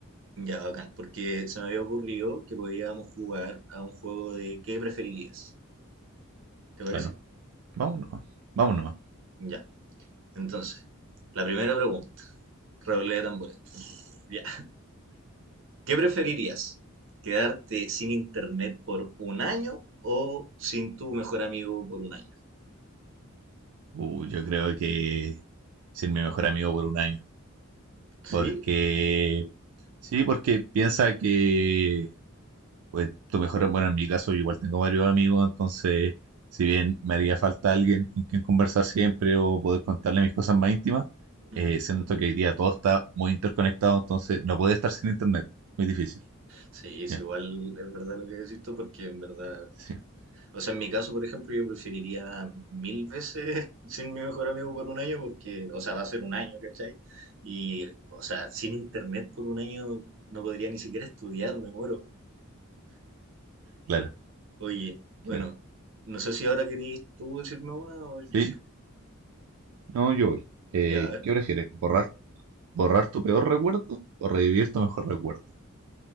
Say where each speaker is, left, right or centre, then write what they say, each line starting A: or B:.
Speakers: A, on the right; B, on the right.
A: Ya, bacán, porque se me había ocurrido que podíamos jugar a un juego de ¿qué preferirías? ¿Te parece?
B: claro. Vamos nomás, vamos nomás.
A: Ya. Entonces, la primera pregunta. Redoble de tambores. <tsk> Ya. ¿Qué preferirías? ¿Quedarte sin internet por un año o sin tu mejor amigo por un año?
B: Uh, yo creo que ser mi mejor amigo por un año. Porque,
A: Sí,
B: sí, porque piensa que, pues, tu mejor, bueno, en mi caso, yo igual tengo varios amigos, entonces, si bien me haría falta alguien con quien conversar siempre o poder contarle mis cosas más íntimas,
A: Ujú.
B: eh, siento que hoy día todo está muy interconectado, entonces no puede estar sin internet. Muy difícil.
A: Sí, es
B: Ya,
A: igual, es verdad lo que decís tú, porque en verdad,
B: sí,
A: o sea, en mi caso, por ejemplo, yo preferiría mil veces <laughs> sin mi mejor amigo por un año, porque, o sea, va a ser un año, ¿cachai? Y, o sea, sin internet por un año no podría ni siquiera estudiar, me muero.
B: claro,
A: Oye, bueno,
B: claro.
A: no sé si ahora querís tú decirme una o
B: Sí,
A: yo sigo.
B: No, yo voy. Eh,
A: Ya, a ver.
B: ¿qué prefieres? ¿Borrar ¿Borrar tu peor recuerdo o revivir tu mejor recuerdo?